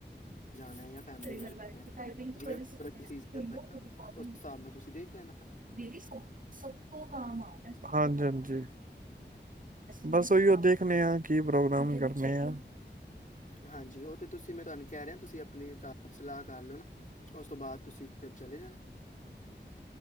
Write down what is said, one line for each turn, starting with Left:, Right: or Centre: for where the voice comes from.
Left: ਜਾਣਾ ਹੈ ਜਾਂ ਫੈਮਿਲੀ
Right: ਘ
Left: ਨਾਲ
Right: ਘਰ ਬੈਠ
Left: ਜਾਣਾ
Right: ਕੇ
Left: ਹੈ
Right: ਟਾਈਪਿੰਗ ਤੋ ਕਰ
Left: ਜਿਵੇਂ
Right: ਹੀ ਸਕਦੀ ਆ,
Left: ਸੀਜ਼ਨ ਹੋਏ ਉਸ ਹਿਸਾਬ ਨਾਲ ਤੁਸੀਂ ਦੇਖ ਲੈਣਾ
Right: ਦੀਦੀ ਸਭ ਤੋਂ ਕਮ ਆ <unintelligible> ਹਾਂਜੀ ਹਾਂਜੀ, ਬਸ ਉਹੀਓ ਦੇਖਣੇ ਆ ਕੀ ਪ੍ਰੋਗਰਾਮ ਕਰਨੇ ਆ।
Left: ਹਾਂਜੀ, ਉਹ ਤੇ ਤੁਸੀਂ ਮੈਂ ਤੁਹਾਨੂੰ ਕਹਿ ਰਹੇ ਤੁਸੀਂ ਆਪਣੀ ਸਲਾਹ ਕਰ ਲੈਣ, ਉਸ ਤੋਂ ਬਾਅਦ ਤੁਸੀਂ ਫਿਰ ਚਲੇ ਜਾਣ।